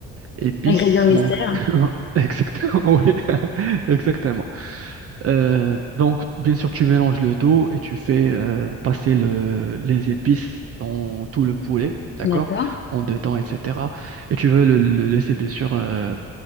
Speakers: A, on the right (about 50°); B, on the left (about 40°).
A: épice
B: Ingrédient mystère.
A: manque. <laughs> Exactement, oui. <laughs> Exactement. Euh, donc, bien sûr, tu mélanges le tout et tu fais euh, passer le- les épices dans tout le poulet, d'accord?
B: D'accord.
A: En dedans, etc. Et tu veux le, le laisser, bien sûr, euh,